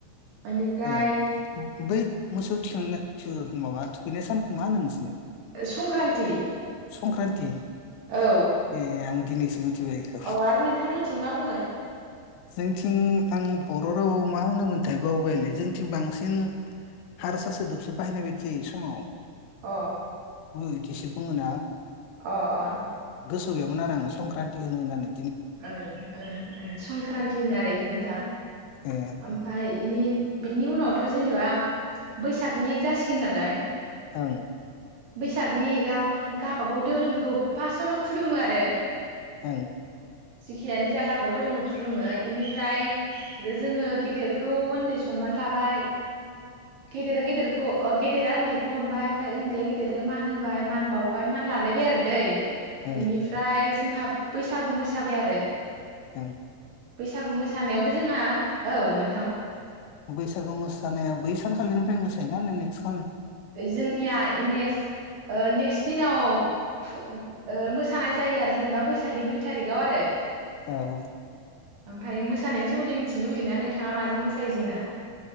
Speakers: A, on the right; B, on the left.
A: बेनिफ्राय
B: ए बै मोसौ थिखांनो थु माबा थुखैनाय सानखौ मा होनो नोंसिनि
A: संक्रान्ति
B: संक्रान्ति
A: औ
B: ए नों <inaudible> मिथिबाय बेखौ।
A: औ आरो नोंथांमोनथिं मा बुङो
B: जोंनिथिं आं बर' रावाव मा होनोमोनथाय बावबायलै जोंथिं बांसिन हारसा सोदोबसे बाहायनाय बायदि जायो समाव।
A: अ
B: <unintelligible> एसे दङनामा?
A: अ अ।
B: गोसो गैयामोन आरो आं संक्रान्तथि होनो होन्नानै।
A: ओं संक्रान्ति होनो आरो बेखौ नोंथां
B: ए
A: ओमफ्राय इनि बिनि उनावथ' जेनेबा बैसागनि एक जासिगोन नालाय
B: ओं।
A: बैसागनि गाव गावबा गाव धोरोमखौ फार्स्टावनो खुलुमो आरो।
B: ओं।
A: जेखियानो जा गबाव धोरोमखौ खुलुमो बेनिफ्राय जोङो गेदेरखौ उन्दै सनमान लाबाय गेदेरा गेदेरखौ गेदेरा उन्दैखौ अनबाय ओमफ्राय खेदया गिदिरनो मान होबाय मान बावबाय मान लालायबाय आरो दै।
B: ओं
A: बेनिफ्राय जोंहा बैसागु मोसाबाय आरो
B: ओं
A: बैसागु मोसानायावबो जोंहा औ नों
B: बैसागु मोसानाया बै सानखालिनिफ्राय मोसानाय बेना
A: जोंनिया नेक्स्ट नेक्स्ट दिनाव फु ओ ओ मोसानाय जायो आरो जेनेबा बैसागनि दुइ थारिखाव आरो
B: औ
A: ओमफाय मोसानायनि सोमोन्दै मिथिनो लुबैदोंना नोंथाङा माजों मोसायो जोंना